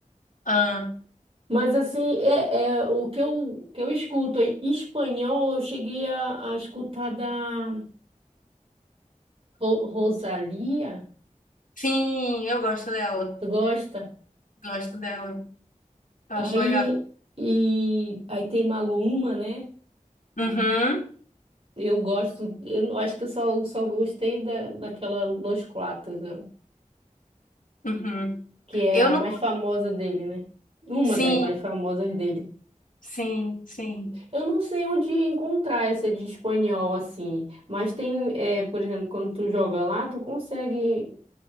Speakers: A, on the left; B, on the right.
A: fã.
B: Mas assim, é, é o que eu, que eu escuto em espanhol, eu cheguei a, a escutar da Ro- Rosalía.
A: sim, eu gosto dela.
B: Tu gosta?
A: Gosto dela. Acho
B: Aí,
A: legal.
B: e, aí tem Maluma, né?
A: Uhum,
B: Eu gosto, eu acho que eu só, só gostei da, daquela Los Quatro, ó,
A: uhum.
B: que é
A: Eu
B: a
A: não.
B: mais famosa dele, né? Uma
A: Sim,
B: das mais famosas dele.
A: sim, sim.
B: Eu não sei onde encontrar essa de espanhol assim, mas tem, é, por exemplo, quando tu joga lá, tu consegue,